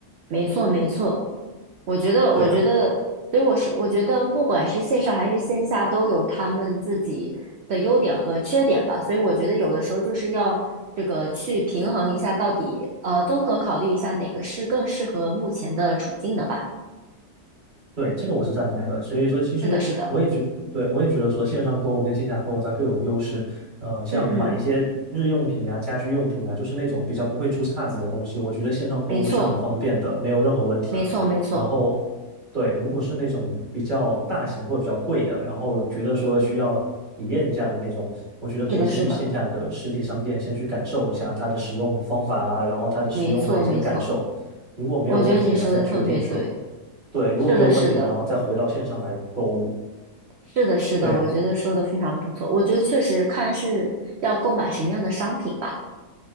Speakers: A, on the right (about 75°); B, on the right (about 30°).
A: 没错，没错。我觉得，
B: 对呀。
A: 我觉得，所以我说，我觉得不管是线上还是线下，都有他们自己的优点和缺点吧。所以我觉得有的时候就是要这个去平衡一下，到底呃，综合考虑一下哪个是更适合目前的处境的吧。
B: 对，这个我是赞同的。所以说，其实我也觉，
A: 是的，是的，
B: 对，我也觉得说线上购物跟线下购物它各有优势。呃，像买一些日用品啊、
A: 嗯嗯，
B: 家居用品啊，就是那种比较不会出岔子的东西，我觉得线上购物是很方便的，
A: 没错，
B: 没有任何问题。
A: 没错，没错，
B: 然后，对，如果是那种比较大型或者比较贵的，然后觉得说需要体验一下的那种，我觉得可以先去线下的实体商店先去感受一下它的使用方法啊，
A: 是的，是的，
B: 然后它的使用的一些个感受。
A: 没错，没错。
B: 如果没有问题了，
A: 我觉得你说的特别对，
B: 再决定说。对，如果没有问题了，
A: 是的，是的。
B: 然后再回到线上来购物。
A: 是的，是的，
B: 对呀，
A: 我觉得说的非常不错。我觉得确实看是要购买什么样的商品吧。